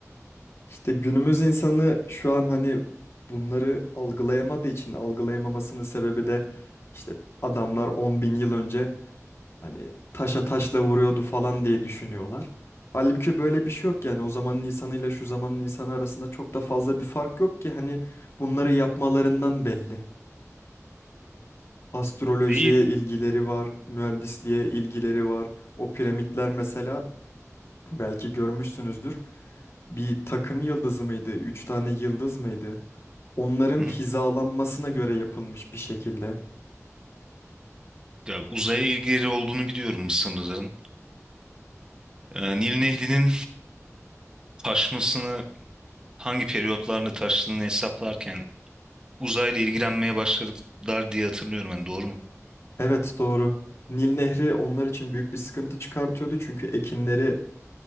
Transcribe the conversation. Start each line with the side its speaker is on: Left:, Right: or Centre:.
Left: İşte günümüz insanı şu an hani bunları algılayamadığı için algılayamamasının sebebi de işte adamlar on bin yıl önce hani taşa taşla vuruyordu falan diye düşünüyorlar. Halbuki böyle bir şey yok yani o zamanın insanıyla şu zamanın insanı arasında çok da fazla bir fark yok ki hani bunları yapmalarından belli. Astrolojiye
Right: İyi.
Left: ilgileri var, mühendisliğe ilgileri var. O piramitler mesela belki görmüşsünüzdür. Bir takım yıldızı mıydı? Üç tane yıldız mıydı? Onların
Right: Hı
Left: hizalanmasına
Right: hı.
Left: göre yapılmış bir şekilde.
Right: Ya uzaya ilgileri olduğunu biliyorum Mısırlıların. Ee, Nil Nehri'nin taşmasını hangi periyotlarla taştığını hesaplarken uzayla ilgilenmeye başladılar diye hatırlıyorum ben doğru mu?
Left: Evet doğru. Nil Nehri onlar için büyük bir sıkıntı çıkartıyordu çünkü ekinleri